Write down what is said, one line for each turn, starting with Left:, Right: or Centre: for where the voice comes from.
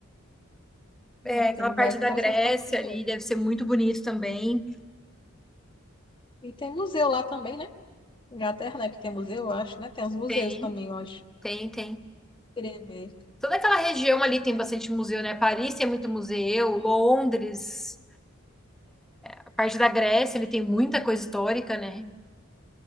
Centre: É,
Left: É,
Centre: aquela
Left: tem lugares
Centre: parte da
Left: interessantes
Centre: Grécia
Left: para conhecer.
Centre: ali deve ser muito bonito também.
Left: E tem museu lá também, né? Inglaterra, né? Que tem museu, eu acho, né? Tem uns museus
Centre: Tem,
Left: também, eu acho.
Centre: tem, tem.
Left: Queria ver.
Centre: Toda aquela região ali tem bastante museu, né? Paris tem muito museu, Londres, a parte da Grécia, ele tem muita coisa histórica, né?